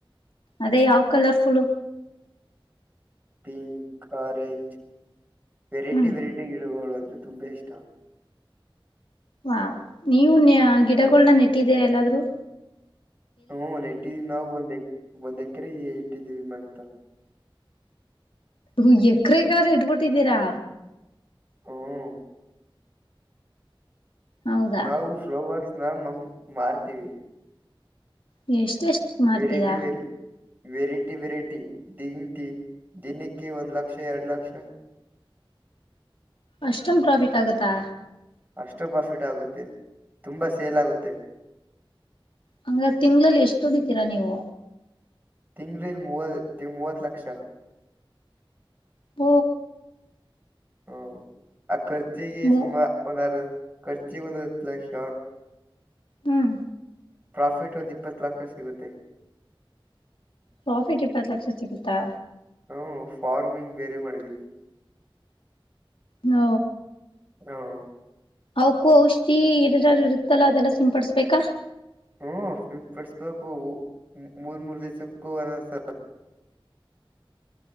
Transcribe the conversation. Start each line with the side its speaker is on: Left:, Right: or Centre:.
Left: ಅದೇ ಯಾವ್ ಕಲರ್ಫುಲ್
Right: ಪಿಂಕ್ ಆರೆಂಜ್ ವೆರೈಟಿ
Left: ಹ್ಮ್
Right: ವೆರೈಟಿ ಗಿಡಗಳು ತುಂಬಾ ಇಷ್ಟ
Left: ಹಾ ನೀವು
Right: ಹ್ಮ್
Left: ಗಿಡಗಳನ್ನ ನೆಟ್ಟಿದ್ದೀರ ಎಲ್ಲಾದ್ೂ
Right: ಹ ಒ ಏಟ್ಟವಿ ನಾವು ಒಂದ್ ಎ ಒಂದ್ ಎಕರೆ ಏಿದೀವಿ ಮಲ್ತ್ತ
Left: ಹ ಎಕ್ರ ಕೆಾದ್ರೆ ಇಡ್ಬಿಟ್ಟಿದ್ದೀರಾ
Right: ಹ್ಮ್
Left: ಹೌದಾ
Right: ನಾವು ಫ್ಲವರ್ಸ್ ನ ಮ ಮಾರ್ತೀವಿ
Left: ನೀ ಎಷ್ಟ ಎಷ್ಟ್ ಮಾಡ್ತೀರಾ
Right: ವೆರೈಟಿ ವೆರೈ ವೆರೈಟಿ ವೆರೈಟಿ ದಂಂತ ದಿನಕ್ಕೆ ಒಂದು್ ಲಕ್ಷ ಎರಡು ಲಕ್ಷ
Left: ಅಷ್ಟೊಂದು್ ಪ್ರಾಫಿಟ್ ಆಗತ್ತಾ
Right: ಅಷ್ಟು ಪ್ರಾಫಿಟ್ ಆಗುತ್ತೆ ತುಂಬಾ ಸೇಲ್ ಆಗುತ್ತೆ
Left: ಹಂಗ ತಿಂಗ್ಗಳಲ್ಲಿ ಎಷ್ಟ ದುಡಿತೀರಾ ನೀವು
Right: ತಿಂಗ್್ರಲ್ ಮೂವ ಮೂವತ್ತು ಲಕ್ಷ
Left: ಹ
Right: ಹ್ಮ ಆ ಖರ್ಚಿಗೆ
Left: ಮೂ
Right: ಸುಮಾ ಒಂದಾರ ಖರ್ಚಿ ಒಂದುತ್ತು ಲಕ್ಷ
Left: ಹ್ಮ್
Right: ಪ್ರಾಫಿಟ್ ಒಂದು ಇಪ್ಪತ್ತು ಲಕ್ಷ ಸಿಗುತ್ತೆ
Left: ಪ್ರಾಫಿಟ್ ಇಪ್ಪತ್ತು ಲಕ್ಷ ಸಿಗುತ್ತಾ
Right: ಹ್ಮ ಫಾರ್ಮಿಂಗ್ ಬೇರೆ ಮಾಡಿದೀವಿ
Left: ಹ
Right: ಹ್ಮ್
Left: ಅವಕು ಔಷಧಿ ಇರಿರ ಇರುತ್ತಲ್ಲಾ ಅದೆಲ್ಲ ಸಿಂಪಡಸ್ಬೇಕಾ
Right: ಹ ಫಿಲ್ಮ್ ಪಡ್ಸ್್ಬೇಕು ಮೂರ್ ಮೂೂರು ದಿವ್ಸಕ್ಕೂ ಒರಸ